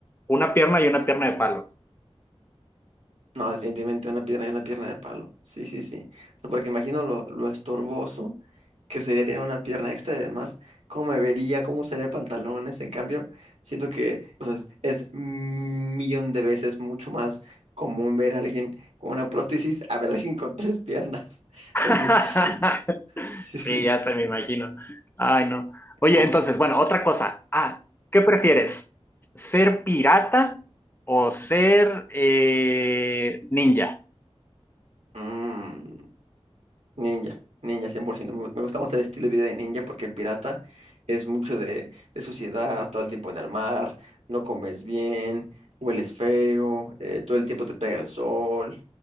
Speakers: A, on the left; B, on the right.
A: una pierna y una pierna de palo.
B: no, definitivamente una pierna y una pierna de palo. Sí, sí, sí. O sea, porque imagino lo, lo estorboso que sería tener una pierna extra y además cómo me vería, cómo usaría pantalones. En cambio, siento que, o sea, es un millón de veces mucho más común ver a alguien con una prótesis a ver a alguien con tres piernas. <laughs>
A: <laughs>
B: Entonces, sí,
A: Sí,
B: sí.
A: ya
B: sí.
A: se me imagino. Ay, no. Oye,
B: Ok,
A: entonces, bueno, otra cosa. Ah, ¿qué prefieres? ¿Ser pirata o ser eh, ninja?
B: Mm, ninja, ninja, 100%. Me, me gusta más el estilo de vida de ninja porque en pirata es mucho de, de suciedad, todo el tiempo en el mar, no comes bien, hueles feo, eh, todo el tiempo te pega el sol.